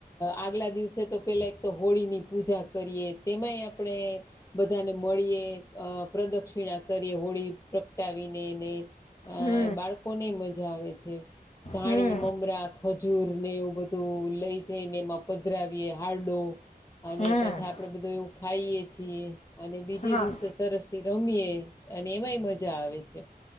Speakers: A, on the left; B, on the left.
A: આગલા દિવસે તો પહેલાં એક તો હોળીની પૂજા કરીએ તેમાંય આપણે બધાને મળીએ પ્રદક્ષિણા કરીએ હોળી પ્રગટાવીને એને અ
B: હમ
A: બાળકોને મજા આવે છે ધાણી
B: હમ
A: મમરા ખજૂર ને એવું બધું લઈ જઈને એમાં પધરાવીએ હારડો અને
B: હમ
A: પાછા આપણે બધું એવું ખાઈએ છીએ અને બીજે
B: હા
A: દિવસે સરસ તે રમીએ અને એમાંય મજા આવે છે